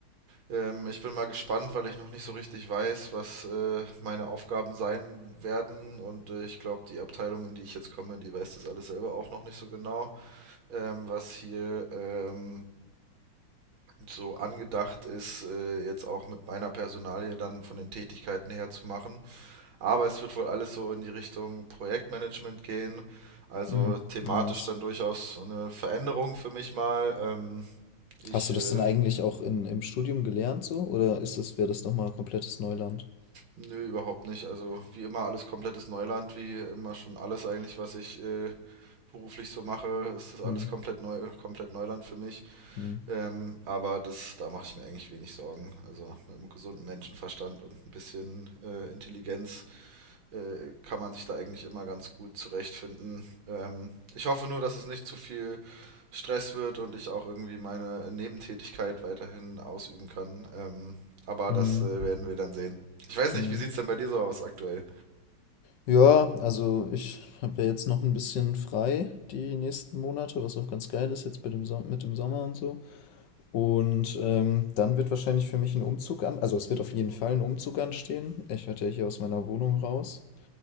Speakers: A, on the right (about 80°); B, on the left (about 65°).
A: Ähm, ich bin mal gespannt, weil ich noch nicht so richtig weiß, was äh, meine Aufgaben sein werden. Und äh, ich glaube, die Abteilung, in die ich jetzt komme, die weiß das alles selber auch noch nicht so genau. ähm, was hier ähm, so angedacht ist, äh, jetzt auch mit meiner Personalie dann von den Tätigkeiten her zu machen. Aber es wird wohl alles so in die Richtung Projektmanagement gehen. Also
B: Hm,
A: thematisch
B: nice.
A: dann durchaus so eine Veränderung für mich mal. Ähm, ich,
B: Hast du
A: äh,
B: das denn eigentlich auch in, im Studium gelernt so? Oder ist das, wäre das nochmal komplettes Neuland?
A: nö, überhaupt nicht. Also wie immer alles komplettes Neuland, wie immer schon alles eigentlich, was ich äh, beruflich so mache, ist das alles
B: Hm,
A: komplett neu, komplett Neuland für mich.
B: hm,
A: Ähm, aber das, da mache ich mir eigentlich wenig Sorgen. Also mit einem gesunden Menschenverstand und ein bisschen äh, Intelligenz äh, kann man sich da eigentlich immer ganz gut zurechtfinden. Ähm, ich hoffe nur, dass es nicht zu viel Stress wird und ich auch irgendwie meine Nebentätigkeit weiterhin ausüben kann. Ähm, aber
B: hm,
A: das äh, werden wir dann sehen. Ich weiß
B: hm.
A: nicht, wie sieht's denn bei dir so aus aktuell?
B: Ja, also ich habe ja jetzt noch ein bisschen frei die nächsten Monate, was auch ganz geil ist jetzt mit dem, Som- mit dem Sommer und so. Und ähm, dann wird wahrscheinlich für mich ein Umzug an, also es wird auf jeden Fall ein Umzug anstehen. Ich werde ja hier aus meiner Wohnung raus.